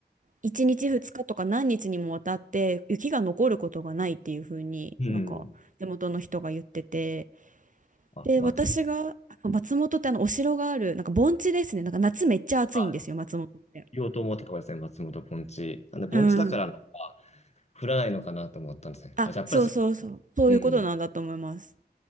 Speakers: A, on the right; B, on the left.
A: 1日2日とか何日にもわたって雪が残ることがないっていう風になんか地元の人が言ってて、
B: うん。あ、
A: で、
B: 松
A: 私が、松本ってあのお城がある、なんか盆地ですね。なんか夏めっちゃ暑いんですよ、
B: あ、
A: 松本って。
B: 言おうと思ったところですね。松本盆地。なんで、盆地だから、
A: うん
B: 降らないのかなと思ったんですね。
A: あ、
B: あ、じゃあやっぱりそ
A: そうそうそう、そういうことなんだと思います。
B: うん。